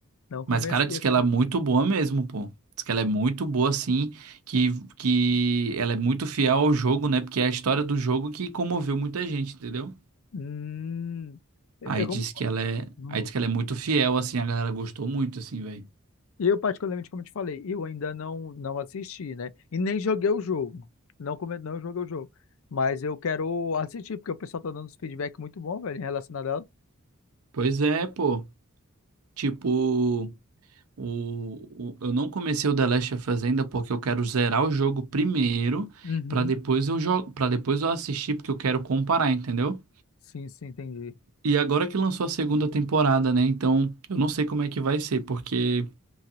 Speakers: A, on the left; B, on the right.
A: Não comecei
B: Mas, cara, diz
A: essa.
B: que ela é muito boa mesmo, pô. Diz que ela é muito boa, assim, que, que ela é muito fiel ao jogo, né? Porque é a história do jogo que comoveu muita gente, entendeu?
A: Hum, eu,
B: Aí
A: como-
B: diz que ela é,
A: hum.
B: aí diz que ela é muito fiel, assim, a galera gostou muito, assim, velho.
A: Eu, particularmente, como eu te falei, eu ainda não, não assisti, né? E nem joguei o jogo. Não, come... não joguei o jogo. Mas eu quero assistir, porque o pessoal tá dando uns feedback muito bom, velho, em relação a ela.
B: Pois é, pô. Tipo, o, o- eu não comecei o The Last of Us ainda porque eu quero zerar o jogo primeiro,
A: Uhum.
B: pra depois eu jogo, para depois eu assistir, porque eu quero comparar, entendeu?
A: Sim, sim, entendi.
B: E agora que lançou a segunda temporada, né? Então, eu não sei como é que vai ser, porque